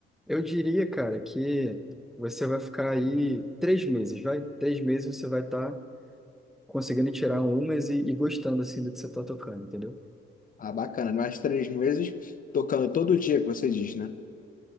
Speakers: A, in the centre; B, on the left.
A: Eu diria, cara, que você vai ficar aí três meses, vai? Três meses você vai estar conseguindo tirar umas e, e gostando, assim, do que você está tocando, entendeu?
B: Ah, bacana, mais três meses tocando todo dia, que você diz, né?